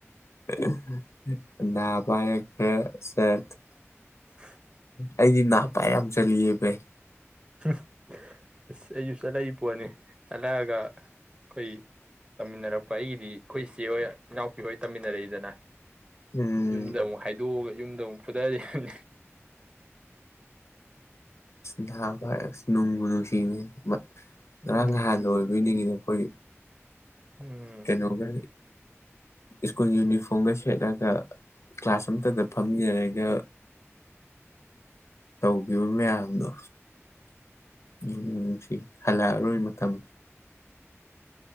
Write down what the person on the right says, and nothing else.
<inaudible>
<inaudible> ꯑꯁ ꯑꯩꯁꯨ ꯆꯠꯂꯛꯏ ꯄꯣꯠꯅꯤ ꯆꯠꯂꯛꯑꯒ ꯑꯩꯈꯣꯏ ꯇꯝꯃꯤꯟꯅꯔꯛꯄ ꯑꯩꯒꯤꯗꯤ ꯑꯩꯈꯣꯏ ꯏꯆꯦꯍꯣꯏ ꯏꯅꯥꯎꯄꯤ ꯍꯣꯏ ꯇꯝꯃꯤꯟꯅꯔꯛꯏꯗꯅ
ꯌꯨꯝꯗ ꯑꯃꯨꯛ ꯍꯥꯏꯗꯣꯛꯑꯒ ꯌꯨꯝꯗ ꯑꯃꯨꯛ ꯐꯨꯗꯔꯤꯅꯤ
ꯎꯝ
ꯎꯝ